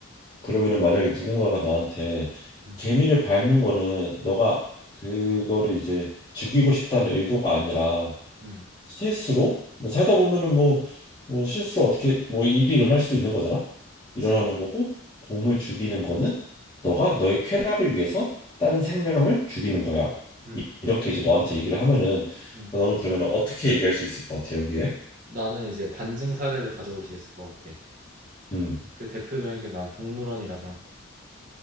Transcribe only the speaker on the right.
음,
음,
그치?
음,
음,
음.
나는 이제 반증 사례를 가져올 수 있을 것 같아.
그 대표적인 게 난 동물원이라 생각해.